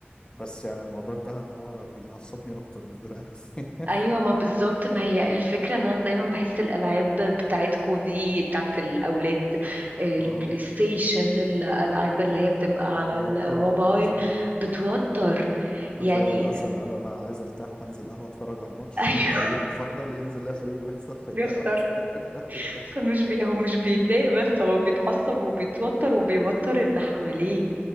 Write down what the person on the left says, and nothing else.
بس يعني الموضوع انتهى ان هو بيعصبني اكتر مش بيريحني <laughs>
اه
موترة
اكتر صح
زي اللي مثلا قالوا انا عايز ارتاح هنزل قهوة اتفرج على الماتش
فريقي المفضل ينزل لا فريقه بيخسر فيتضايق
اكتر <laughs>